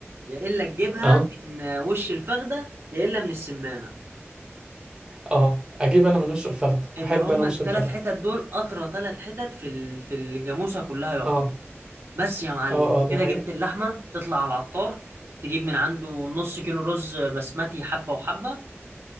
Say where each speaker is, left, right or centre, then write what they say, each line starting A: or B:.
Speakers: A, on the right; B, on the right.
A: يا الا تجيبها
B: اه
A: من وش الفخده يا الا من السمانه
B: اه اجيب انا من وش الفخدة
A: اللي
B: احب
A: هم
B: انا وش
A: الثلاث
B: الفخدة
A: حتت دول اطرى ثلاث حتت في ال- في الجاموسه كلها يعتبر
B: اه
A: بس يا معلم
B: اه اه ده
A: كده
B: حقيقة
A: جبت اللحمه تطلع على العطار تجيب من عنده نص كيلو رز بسمتي حبه وحبه